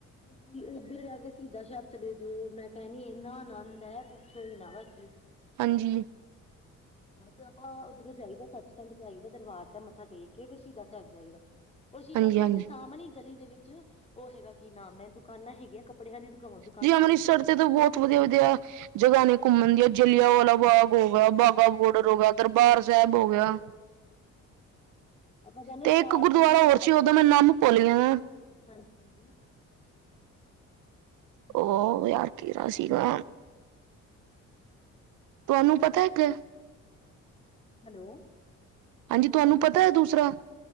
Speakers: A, on the left; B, on the right.
A: ਸੀ ਉੱਧਰ ਜਾ ਕੇ ਸ਼ਹੀਦ ਸ਼ਹਿਬ ਚਲੇ ਜਾਓ ਮੈਂ ਕਹਿਣ ਦੀ ਇੰਨਾ ਆਨੰਦ ਹੈ! ਪੁੱਛੋ ਹੀ ਨਾ ਬਸ ਜੀ!
B: ਹਾਂਜੀ
A: ਬਸ ਆਪਾਂ ਉੱਧਰੋਂ ਜਾਈਦਾ ਸੱਚਖੰਡ ਜਾਈਦਾ ਦਰਬਾਰ ਸਾਹਿਬ ਮੱਥਾ ਟੇਕ ਕੇ ਸ਼ਹੀਦ ਸਾਹਿਬ ਜਾਈਦਾ। ਉਹ ਸ਼ਹੀਦ
B: ਹਾਂਜੀ-ਹਾਂਜੀ,
A: ਸਹਿਬ ਸਾਹਮਣੇ ਗਲੀ ਦੇ ਵਿੱਚ ਉਹ ਹੈਗਾ, ਕੀ ਨਾਮ ਹੈ, ਦੁਕਾਨਾਂ ਹੈਗੀਆਂ ਕੱਪੜਿਆਂ ਦੀ ਦੁਕਾ ਦੁਕਾਨਾਂ
B: ਜੀ ਅੰਮ੍ਰਿਤਸਰ
A: ਹੈਗੀਆਂ ਜੀ
B: ਤੇ ਬਹੁਤ ਬਹੁਤ ਵਧੀਆ ਜਗ੍ਹਾ ਨੇ ਘੁੰਮਣ ਦੀਆਂ ਜਲਿਆਂ ਵਾਲਾ ਬਾਗ ਹੋਗਿਆ ਬਾਗਾ ਬੋਰਡਰ ਹੋ ਗਿਆ ਦਰਬਾਰ ਸਾਹਿਬ ਹੋ ਗਿਆ।
A: ਆਪਾਂ ਜਾਂਦੇ
B: ਤੇ
A: ਚਾਰ
B: ਇੱਕ ਗੁਰਦੁਆਰਾ
A: ਵਜੇ ਸਵੇਰੇ
B: ਹੋਰ ਸੀ
A: ਬੱਸ
B: ਉਦੋਂ ਮੈਂ ਨਾਮ ਭੁੱਲ ਜਾਣਾ।
A: ਹਾਂਜੀ। ਹੈਲੋ
B: ਉਹ ਯਾਰ ਕਿਹੜਾ ਸੀਗਾ? ਤੁਹਾਨੂੰ ਪਤਾ ਹੈ ਕਿ?
A: ਹੈਲੋ,
B: ਤੁਹਾਨੂੰ
A: ਹਾਂਜੀ
B: ਪਤਾ
A: ਵੀਰ
B: ਹੈ
A: ਜੀ,
B: ਦੂਸਰਾ